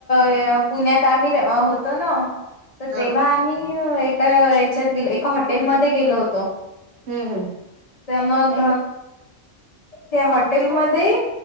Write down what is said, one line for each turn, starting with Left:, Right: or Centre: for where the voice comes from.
Left: य पुण्यात आम्ही र अ होतो ना. तर
Right: हा
Left: तेव्हा आम्ही एका हच्यात गेलो एका हॉटेलमध्ये गेलो होतो.
Right: हम हम.
Left: तर मग त्या हॉटेलमध्ये